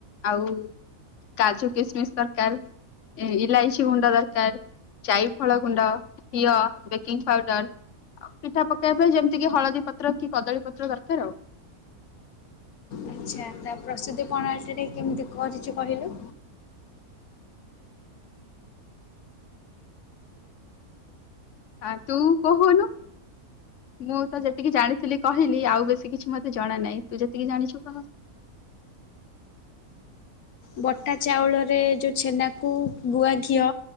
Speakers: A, on the left; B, on the left.
A: ଆଉ କାଜୁ କିସମିସ୍ ଦରକାର। ଇଲାଇଚି ଗୁଣ୍ଡ ଦରକାର। ଯାଇଫଳ ଗୁଣ୍ଡ ଘିଅ ବେକିଂ ପାଉଡର। ଆଉ ପିଠା ପକେଇବା ପାଇଁ ଯେମିତି କି ହଳଦୀ ପତ୍ର କି କଦଳୀ ପତ୍ର ଦରକାର ଆଉ।
B: ଆଚ୍ଛା ତା ପ୍ରସୁତି ପ୍ରଣାଳୀ ଟା ଟିକେ କେମିତି କରିଛୁ କହିଲୁ।
A: ଆ, ତୁ କହୁନୁ। ମୁଁ ତ ଯେତିକି ଜାଣିଥିଲି କହିଲି ଆଉ ବେଶୀ କିଛି ମୋତେ ଜଣା ନାହିଁ। ତୁ ଯେତିକି ଜାଣିଛୁ କହ।
B: ବଟା ଚାଉଳରେ ଯୋଉ ଛେନାକୁ ଗୁଆ ଘିଅ,